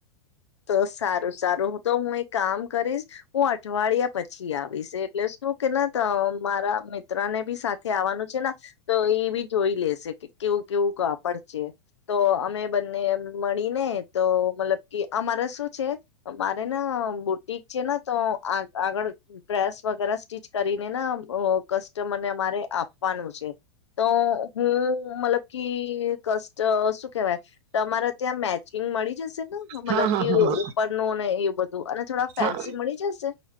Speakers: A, on the left (about 80°); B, on the right (about 45°).
A: તો સારું સારું તો હું એક કામ કરીશ હું અઠવાડિયા પછી આવીશે એટલે શું કે ના મારા મિત્ર ને બી સાથે આવવાનું છે ને તો એ બી જોઈ લેશે. કેવું કેવું કાપડ છે તો અમે બંને મળીને તો મતલબ કે અમારે શું છે મારે ના બોટિક છેને તો આગળ પ્રસ વગે સ્ટીચ કરીને ના કસ્ટમર ને અમારે આપવાનું છે તો હું મતલબ કે કષ્ટ. શું કેવાય તમારે ત્યાં મેચ. જિમ મળી. જશે તો
B: હા હા
A: <unintelligible> ઉપરનું
B: હા હા
A: ને એવું બધું અને થોડા ફેન્સી
B: હા
A: મળી જશે